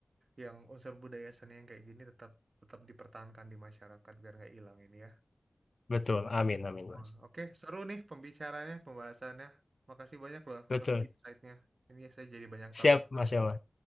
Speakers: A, on the right (about 65°); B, on the left (about 60°).
A: yang unsur budaya seni yang kayak gini tetap tetap dipertahankan di masyarakat biar nggak hilang ini ya.
B: betul amin amin mas
A: Wah, Oke, seru nih pembicaranya, pembahasannya. Makasih banyak loh
B: betul
A: Fano insight-nya. Ini saya jadi banyak tahu
B: siap
A: tentang
B: mas Yoma